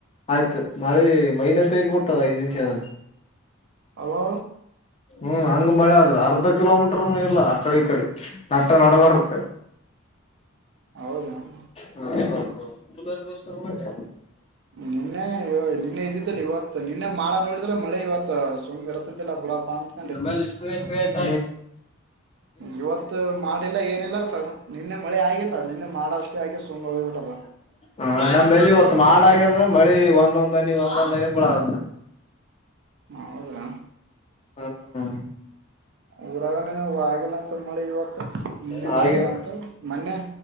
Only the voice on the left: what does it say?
ಆಯ್ತು ಮಳಿ ಮೈನೆತ್ತೆದ್ ಬಿಟ್ಟು ಐದ್ ನಿಮಿಷ ಏನ
ಹ್ಮ್ ಹಂಗ ಮಳೆ ಆದ್ರೆ ಅರ್ಧ ಕಿಲೋಮೀಟರ್ ನೂ ಇಲ್ಲ ಆ ಕಡೆ ಈ ಕಡೆ ನಟ ನಡಬರಕ್
ಹ ಹ ಹ ಕೂಲೆ ಗೋಸ್ಕರ ಮಾಡದ
ಇದ್ರ ಮೇಲ್ ಸ್ಪ್ರೇರೆ ಇಟ್ಟರ್ ಆಯತ್
ಹ ನಮ್ ಇವತ್ ಮಾಡ ಆಗ್ಯದ ಮಳಿ ಒಂದೊಂದ್ ಹನಿ ಒಂದೊಂದ್ ಹನಿ ಬಳದಾ
ಹ್ಮ
ಹಾಗೆ